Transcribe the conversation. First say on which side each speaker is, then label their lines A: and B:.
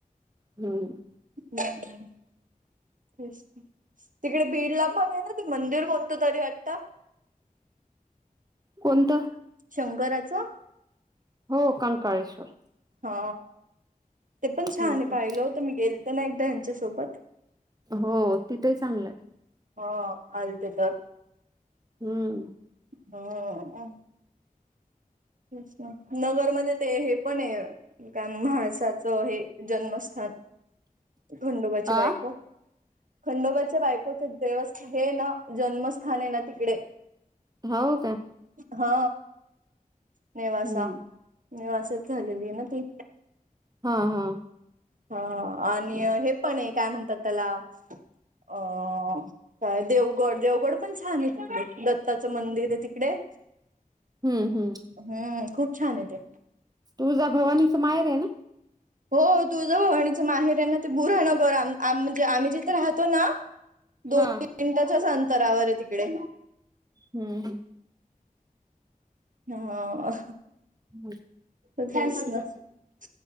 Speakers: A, on the right (about 25°); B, on the right (about 60°).
A: हम्म.
B: <unintelligible> तिकडे बीड ला पण आहे ना ते मंदिर कोणतं तरी वाटतं
A: कोणतं
B: शंकराचा
A: हो कंकाळेश्वर
B: हा ते पण छान
A: हम्म
B: आहे पाहिलं होतं मी गेलतो ना एकदा ह्यांच्यासोबत.
A: हो तिथे चांगलं आहे.
B: हो आलते तर
A: हम्म.
B: हाव ना. तेच ना नगरमध्ये ते हे पण आहे काय महायसाचं हे जन्मस्थान खंडोबाची
A: आ
B: बायको खंडबोच्या बायकोच देवस्थ हे ना जन्मस्थान आहे ना तिकडे.
A: हाव का?
B: हा नेवासा
A: हम्म
B: नेवासच झालेली ना ती.
A: हा हा.
B: हा आणि हे पण आहे काय म्हणतात त्याला अ काय देवगड देवगड पण छान आहे तिकडे दत्ताचं मंदिर आहे तिकडे.
A: हम्म हम्म.
B: हम्म खूप छान आहे ते.
A: तुळजा भवानीचा माहेर आहे ना.
B: हो तुळजा भवाणीचा माहेर आहे ना ते भुरानगर आम आम म्हणजे आम्ही जिथे राहतो ना दोन
A: हा
B: <inaudible> मिनिटाच्याच अंतरावर आहे तिकडे.
A: हम्म हम्म.
B: हा.
A: हम्म.
B: तेच ना मग काय